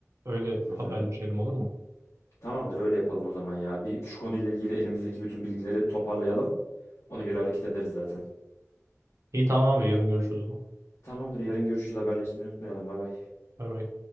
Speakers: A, on the right; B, on the left.
A: öyle
B: Hı
A: haberleşelim
B: hı.
A: olur mu?
B: Tamamdır öyle yapalım o zaman ya. Bir şu konuyla ilgili elimizdeki bütün bilgileri toparlayalım. Ona göre hareket ederiz zaten.
A: İyi tamam abi yarın görüşürüz o zaman.
B: Tamamdır yarın görüşürüz haberleşmeyi unutmayalım bay bay.
A: Bay bay.